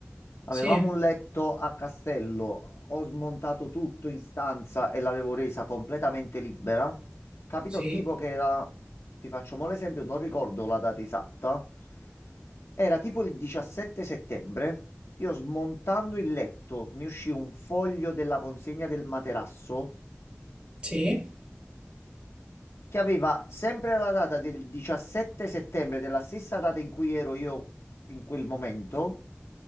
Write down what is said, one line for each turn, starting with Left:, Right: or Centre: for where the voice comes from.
Left: Avevamo
Right: Sì,
Left: un letto a castello, ho smontato tutto in stanza e l'avevo resa completamente libera. Capito
Right: sì,
Left: tipo che era, ti faccio mo' l'esempio, non ricordo la data esatta, era tipo il 17 settembre. Io smontando il letto mi uscì un foglio della consegna del materasso
Right: sì,
Left: che aveva sempre la data del 17 settembre, della stessa data in cui ero io in quel momento,